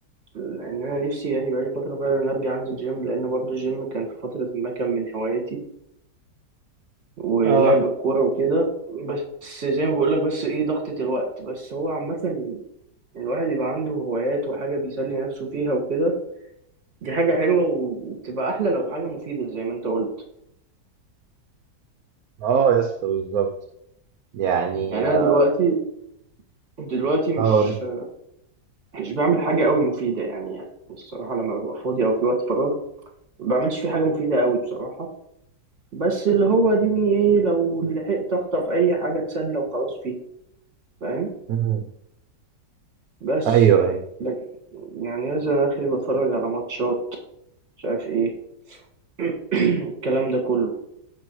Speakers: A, on the right; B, on the right.
A: إن أنا نفسي يعني بقالي فترة فعلا أرجع أنزل جيم لأن برضو الجيم كان في فترة ما كان من هواياتي ولعب
B: اه
A: الكورة وكده بس زي ما بقولك بس ايه ضغطة الوقت بس هو عامة الواحد يبقى عنده هوايات وحاجة بيسلي نفسه فيها وكده دي حاجة حلوة و- وبتبقى أحلى لو حاجة مفيدة زي ما أنت قلت
B: اه يا اسطى بالظبط يعني
A: يعني
B: آه،
A: أنا دلوقتي دلوقتي مش
B: أقول
A: مش بعمل حاجة قوي مفيدة يعني يعني الصراحة لما ببقى فاضي أو في وقت فراغ ما بعملش فيه حاجة مفيدة قوي بصراحة بس اللي هو ديني ايه لو لحقت أخطف أي حاجة أتسلى وخلاص فيها فاهم
B: مم.
A: بس
B: أيوه أيوه
A: لكن- يعني مثلا آخري بتفرج على ماتشات مش عارف ايه <clears throat> الكلام ده كله